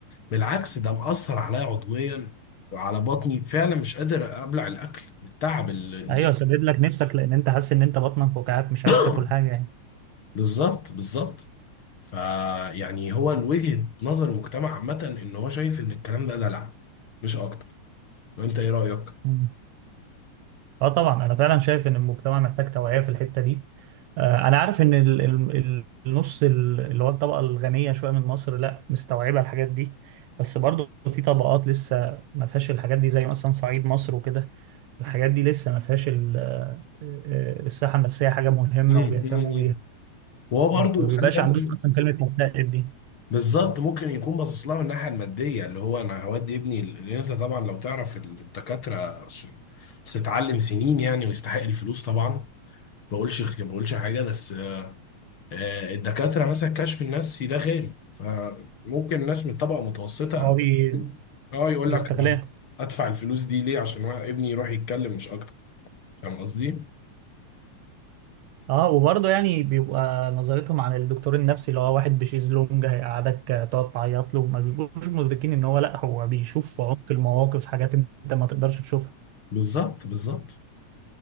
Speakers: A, on the left; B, on the right.
A: بالعكس ده مأثر عليا عضويا على بطني فعلا مش قادر ابلع الاكل من التعب اللي
B: ايوه سدد لك نفسك لان انت حاسس ان انت بطنك وجعاك مش
A: <coughs>
B: عايز تاكل حاجه
A: بالظبط بالظبط فيعني هو وجهة نظر المجتمع عامه ان هو شايف ان الكلام ده دلع مش اكتر وانت ايه رأيك؟
B: يعني اه طبعا انا فعلا شايف ان المجتمع محتاج توعية في الحتة دي آه، انا عارف ان ال- ال- ال- النص ال- اللي هو الطبقة الغنية شوية من مصر لا مستوعبة الحاجات دي بس برضو في طبقات لسه ما فيهاش الحاجات دي زي مثلا صعيد مصر وكده الحاجات دي لسه ما فيهاش ال- آه، آه، الصحة النفسية حاجة مهمة
A: مم.
B: وبيهتموا
A: مم.
B: بيها
A: وهو برضو
B: ما بيبقاش
A: خلي بالك
B: عندهم اصلا كلمة مكتئب دي
A: بالظبط ممكن يكون باصص لها من الناحيه الماديه اللي هو انا هودي ابني لان انت طبعا لو تعرف الدكاتره س- ستعلم سنين يعني ويستحق الفلوس طبعا ما بقولش ما بقولش حاجه بس آه، الدكاتره مثلا كشف النفسي ده غالي فممكن الناس من طبقه متوسطه
B: هو
A: او
B: بي-
A: اه يقول
B: بيستغلها
A: لك انا ادفع الفلوس دي ليه عشان واحد- ابني يروح يتكلم مش اكتر فاهم قصدي؟
B: اه وبرضه يعني بيبقى نظرتهم عن الدكتور النفسي اللي هو واحد بشيز لونج هيقعدك تقعد تعيط له ما بيبقوش مدركين ان هو لا هو بيشوف في عمق المواقف حاجات انت ما تقدرش تشوفها
A: بالظبط بالظبط